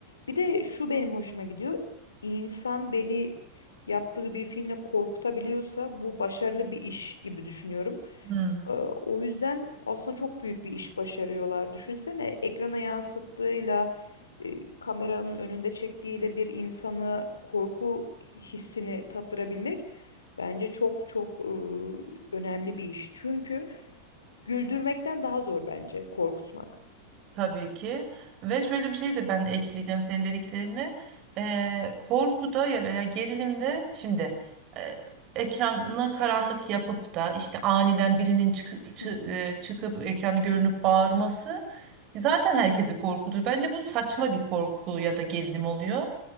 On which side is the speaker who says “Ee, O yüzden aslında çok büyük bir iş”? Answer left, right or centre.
Left